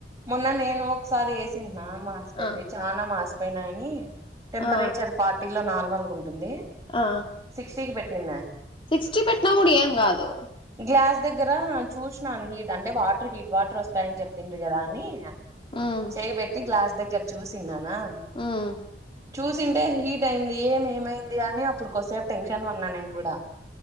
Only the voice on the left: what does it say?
ఆ
ఆ
ఆ
సిక్స్టీ పెట్టినా కూడా ఏం కాదు
ఉమ్
ఉమ్